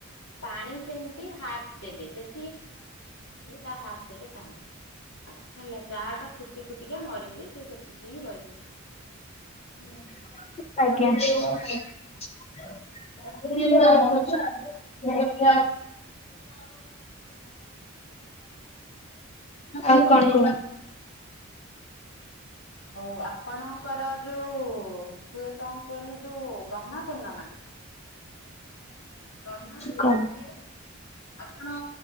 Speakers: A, on the left (about 80°); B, on the left (about 30°).
A: ପାଣି ସେମିତି ହାପ୍ ଦେବେ ଯେତିକି ତା ହାପ୍ ଦେବେ ପାଣି। ହେଲା ଚା ଟା ଫୁଟି ଫୁଟିକା ମରିକି ସେ ସେତିକି ହିଁ ରହିଯିବ। ହୁଁ।
B: ଆଜ୍ଞା। <inaudible> ଆଉ କଣ କୁହ?
A: ହୋଉ ଆପଣଙ୍କର ଯୋଉ ତୁଏ କଣ କୁହନି ଯୋଉ ଗମ୍ମା ପୂର୍ଣ୍ଣମା। ଗହ୍ମା ପୂର୍ଣ୍ଣମାରେ
B: କ।
A: ଆପଣ